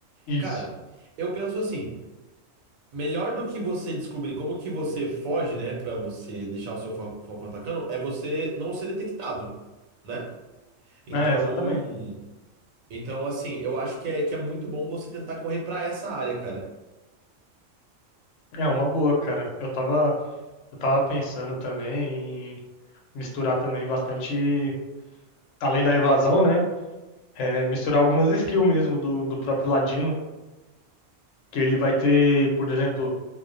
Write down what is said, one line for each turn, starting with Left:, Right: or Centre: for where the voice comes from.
Left: Isso.
Right: Cara, eu penso assim, melhor do que você descobrir como que você foge, né, Pra você deixar o seu fal- falcão atacando, é você não ser detectado, né? Então,
Left: É, exatamente.
Right: então assim, eu acho que é que é muito bom você tentar correr pra essa área, cara.
Left: É uma boa, cara. Eu tava eu tava pensando também em misturar também bastante além da evasão, né? É, misturar algumas skills mesmo do, do próprio Ladino, que ele vai ter, por exemplo,